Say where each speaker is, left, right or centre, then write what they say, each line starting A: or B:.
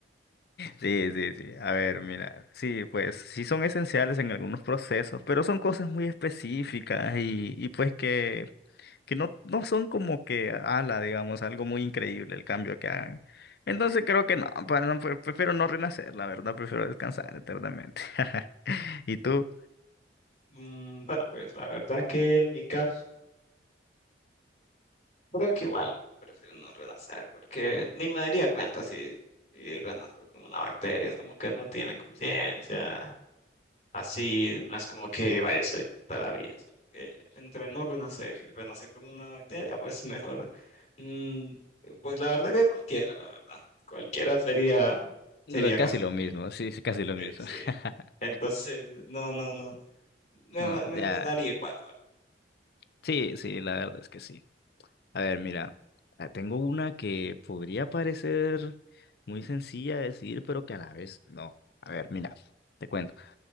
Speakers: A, on the left; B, on the left.
A: Sí, sí, sí. A ver, mira, sí, pues sí son esenciales en algunos procesos, pero son cosas muy específicas y, y pues que, que no, no son como que ala, digamos, algo muy increíble el cambio que hagan. Entonces creo que no, pa- no, pre- prefiero no renacer, la verdad, prefiero descansar eternamente. <laughs> ¿Y tú?
B: Mm, bueno, pues la verdad que en mi caso, creo que igual prefiero no renacer, porque ni me daría cuenta si, si renazco como una bacteria, es como que no tienen conciencia, así, no es como que vaya a ser toda la vida. es como que entre no renacer y renacer como una bacteria, pues <laughs> mejor, mm, pues la verdad que cualquiera, la verdad, cualquiera sería,
A: Lo-
B: sería
A: casi
B: casi
A: lo
B: lo mismo.
A: mismo, sí, sí, casi lo
B: Sí,
A: mismo.
B: sí.
A: <laughs>
B: Entonces, no, no, no. Me,
A: No,
B: va- me
A: ya.
B: daría igual.
A: Sí, sí, la verdad es que sí. A ver, mira, ah, tengo una que podría parecer muy sencilla de decir, pero que a la vez no. A ver, mira, te cuento.